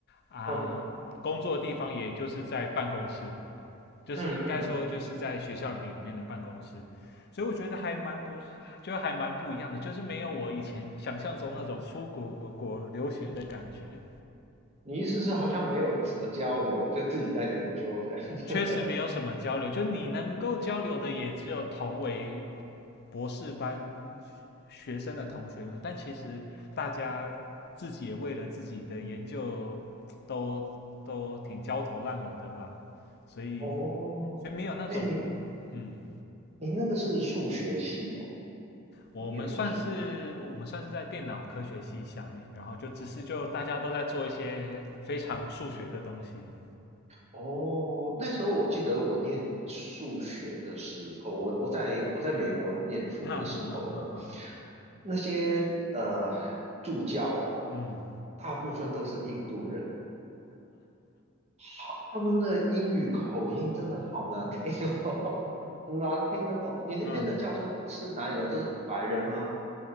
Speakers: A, on the left; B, on the right.
A: 啊。
B: 嗯
A: 工作的地方也就是在办公室，就是应该说就是在学校里面的办公室，
B: 嗯嗯，
A: 所以我觉得还蛮不，就还蛮不一样的，就是没有我以前想象中那种出国国国留学的感觉，
B: 你意思是好像没有什么交流，就自己在研究这样子？
A: 确实没有什么交流，就你能够交流的也只有同为博士班学生的同学们，但其实大家自己也为了自己的研究都都挺焦头烂额的吧，所以所以没有那种嗯
B: <laughs> 哦，哎，你你那个是数学系哦，你念的是？
A: 我们算是我们算是在电脑科学系下面，然后就只是就大家都在做一些非常数学的东西。
B: 哦，那时候我记得我念数学的时候，我我在我在美国念书的时候呢，
A: 嗯嗯嗯嗯嗯嗯嗯
B: 那些呃助教哦，
A: 嗯，
B: 大部分都是印度人，好，他们的英语口音真的好难听哦，<laughs> 很难听得懂。你那边的教授是哪里人？
A: 嗯
B: 都是白人吗？